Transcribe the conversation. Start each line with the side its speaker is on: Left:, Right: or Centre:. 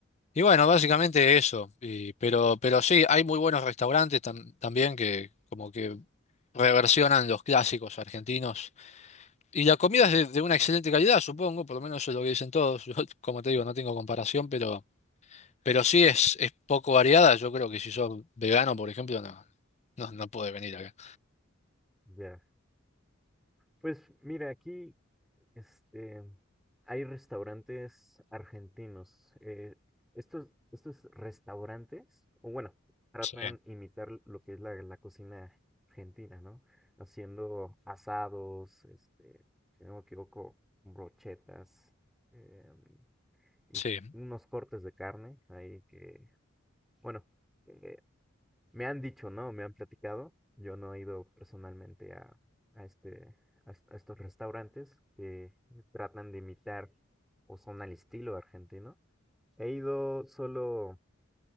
Left: y bueno, básicamente eso. Y- pero, pero sí, hay muy buenos restaurantes tam- también que como que reversionan los clásicos argentinos Y la comida es de, de una excelente calidad, supongo, por lo menos eso es lo que dicen todos. <laughs> Yo, como te digo, no tengo comparación, pero, pero sí es, es poco variada. Yo creo que si sos vegano, por ejemplo, no, no, no puede venir acá.
Centre: Ya. Pues mira, aquí Este, hay restaurantes argentinos. eh, estos, estos restaurantes, o bueno, tratan
Left: Sí,
Centre: imitar lo que es la, la cocina argentina, ¿no? Haciendo asados, este, si no me equivoco, brochetas, em, y
Left: sí.
Centre: unos cortes de carne ahí que, bueno, eh, me han dicho, ¿no? Me han platicado. Yo no he ido personalmente a, a este, a, est- a estos restaurantes que tratan de imitar o son al estilo argentino. He ido solo